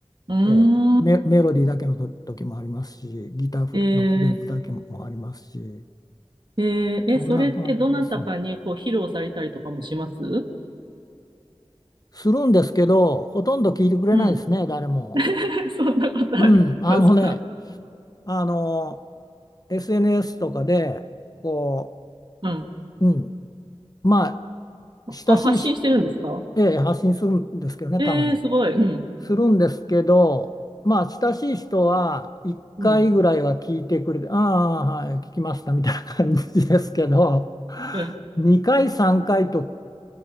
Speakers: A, on the right; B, on the left.
A: うーん。
B: えーメ、メロディーだけのと時もありますし、ギターフレのフレーズだけもありますし、
A: えー、えーえ、
B: こんな感じですね。
A: それってどなたかにこう披露されたりとかもします
B: するんですけど、ほとんど聞いてくれないですね、
A: うん。<laughs>
B: 誰も。
A: そんなことありますか
B: うん、あのね、あの、SNS とかで、こ
A: うん。
B: う、うん、まあ、親しいし、
A: あ、発信してるんですか
B: ええ発信するんですけどね、
A: えー、
B: たまに。
A: すごい。うん、
B: するんですけど、まあ、親しい人は1回ぐらいは聞いてくれて、
A: うん、
B: ああ、はい、聞きましたみたいな感じですけど、
A: うん、
B: 2回、3回と